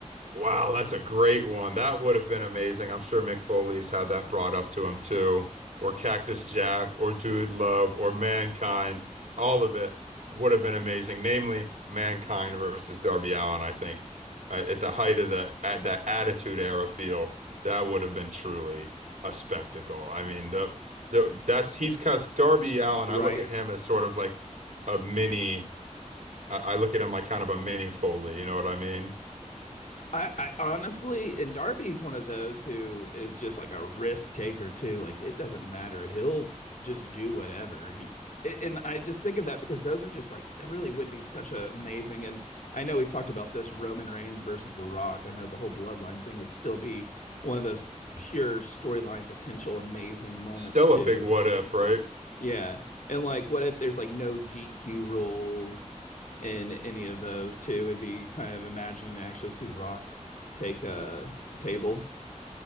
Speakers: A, on the right; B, on the left.
A: Wow, that's a great one. That would have been amazing. I'm sure Mick Foley's had that brought up to him too, or Cactus Jack, or Dude Love, or Mankind. All of it would have been amazing. Namely, Mankind versus Darby Allin. I think uh, at the height of the at that Attitude Era feel, that would have been truly a spectacle. I mean, the, the that's he's because Darby Allin.
B: right?
A: I look at him as sort of like a mini. I, I look at him like kind of a mini Foley. You know what I mean?
B: I, I honestly, and Darby's one of those who is just like a risk taker too. Like it doesn't matter. He'll just do whatever he. And I just think of that because those are just like it really would be such a amazing. And I know we've talked about this Roman Reigns versus The Rock. I know the whole bloodline thing would still be one of those pure storyline potential amazing moments
A: Still
B: too.
A: a big what if, right?
B: Yeah. And like what if there's like no DQ rules in any of those too? It'd be kind of imagining to actually see Rock take a, a table.